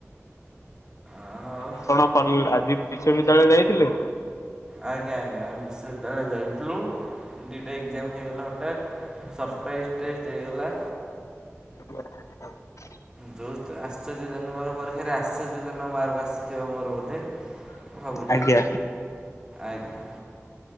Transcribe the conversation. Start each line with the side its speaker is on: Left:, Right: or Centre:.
Right: ଆଉ
Left: ଆପଣ କଲ ଆଜି ବିଶ୍ଵବିଦ୍ୟାଳୟ ଯାଇଥିଲେ।
Right: ଆଜ୍ଞା ଆଜ୍ଞା ବିଶ୍ଵବିଦ୍ୟାଳୟ ଯାଇଥିଲୁ ଦିଟା ଏକ୍ଜାମ ହେଇଗଲା ହଟାତ୍। ସର୍ପ୍ରାଇଜ ଟେଷ୍ଟ ହେଇଗଲା।
Left: ଆଜ୍ଞା।
Right: ଯୋଉ ଆଶ୍ଚର୍ଯ୍ୟ ଜନଙ୍କର ପରୀକ୍କ୍ଷା ରେ ଆଶ୍ଚର୍ଯ୍ୟ ଜନକ ମାର୍କ ଆସିଥିବ ମୋର ବୋଧେ। ଭାବୁଛି
Left: ଆଜ୍ଞା।
Right: ଆଜ୍ଞା।